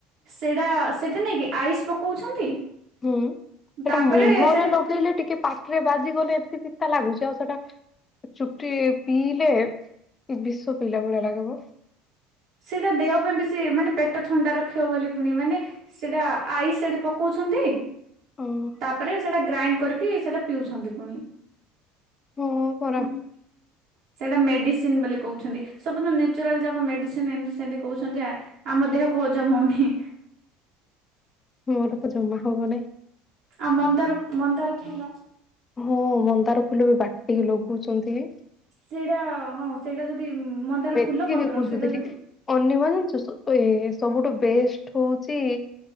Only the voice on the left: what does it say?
ହୁଁ ସେଟା
ମୁହଁରେ
ଲଗେଇଲେ ଟିକେ ପା ଟିରେ ବାଜିଗଲେ ଏମିତି ପିତା ଲାଗୁଛି ଆଉ ସେଇଟା ଚୁଟି ପିଇଲେ ବିଷ ପିଇଲା ଭଳିଆ ଲାଗିବ।
ଓହୋ
ହଁ ପରା
ମୋର ତ ଜମା ହବନାଇଁ।
ହଁ ମନ୍ଦାର ଫୁଲ ବି ବାଟିକି ଲଗଉଛନ୍ତି।
ମେଥି
ବି ଖୋଜୁଥିଲି
ଅନିମା ଜାଣିଛୁ ଏ ସବୁଠୁ ବେଷ୍ଟ ହେଉଛି।